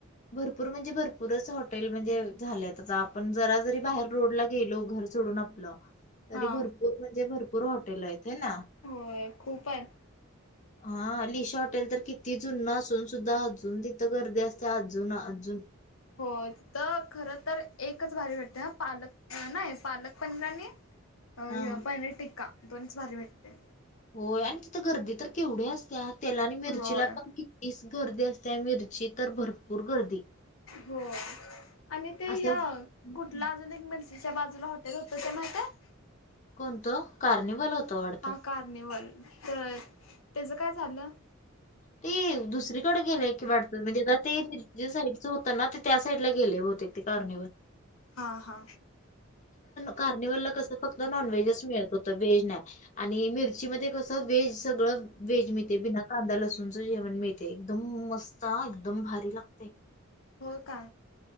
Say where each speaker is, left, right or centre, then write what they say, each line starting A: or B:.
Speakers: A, on the left (about 35°); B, on the left (about 80°).
A: भरपूर म्हणजे भरपूरच हॉटेल म्हणजे झाले आ आपण जरा जरी बाहेर रोडला गेलो घर आप तरी
B: हा
A: भरपूर म्हणज भरपूर हॉटेल आहेत. होय ना
B: होय खूपच
A: हा लिशा हटेल तर कितीि जून नसून सुद्धा अजून तिथं गर्दी असते. ते अजून अजून
B: हो तर खर तर एकच भारी भेटते ह पालक नाही पालक पनीरा आणि
A: हा
B: अ पनीर टिक्का दोनच भारी भेटते.
A: होय आणि तिथं गर्दी तर केवढ्या असत्या तेला आणि मिरचीला
B: होय
A: पण किती? गर्दी असते मिरची तर भरपूर गर्दी
B: हो आणि ते
A: असं
B: ह
A: हम्म.
B: कुठला अजून एक म्ह. तच्या बाजूला हॉटेल होत ते माहत.
A: कोणतं कार्निवल होत वाडत.
B: कार्निवल तर त्याचं काय झालं.
A: ते दुसरीकडे गेले की वाटत म्हणजे आ ते मिर साईडच होत ना ते त्या साईड ला गेले. बते ते कारणेवर
B: हा हा
A: कार्निवलला कस फक्त नॉन व्हेजच मिळत होत व्हेज नाही आणि मिरची म कसं व्हेज सगळं वेजमी ते बिना कांदा लसूणच जेवण मिळते एकदम मस्त एकदम भारी लागते
B: हो का